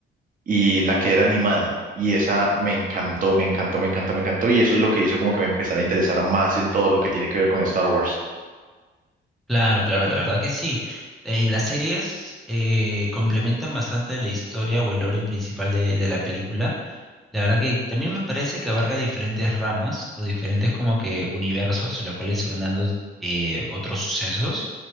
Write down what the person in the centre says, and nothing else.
Claro, claro, la verdad que sí. Eh, y las series eh, complementan bastante la historia o el lore principal de, de la película. La verdad que también me parece que abarca diferentes ramas o diferentes como que universos en los cuales se van dando eh, otros sucesos.